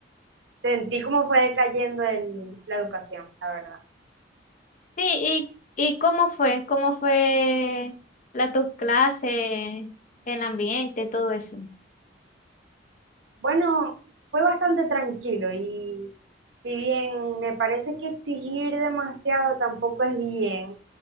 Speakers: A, on the right; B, on the left.
A: Sentí cómo fue decayendo el, la educación, la verdad.
B: Sí, ¿y, y cómo fue? ¿Cómo fue la tus clases, el ambiente, todo eso?
A: Bueno, fue bastante tranquilo y si bien me parece que exigir demasiado tampoco es bien,